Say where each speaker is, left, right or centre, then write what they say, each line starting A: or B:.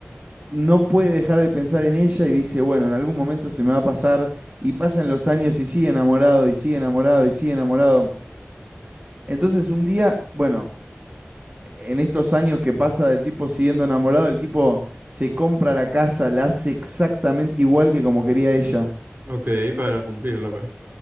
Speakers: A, on the right (about 35°); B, on the right (about 50°).
A: no puede dejar de pensar en ella y dice, bueno, en algún momento se me va a pasar. Y pasan los años y sigue enamorado y sigue enamorado y sigue enamorado. Entonces, un día, bueno, en estos años que pasa del tipo siguiendo enamorado, el tipo se compra la casa, la hace exactamente igual que como quería ella.
B: Ok, para cumplirla, pues.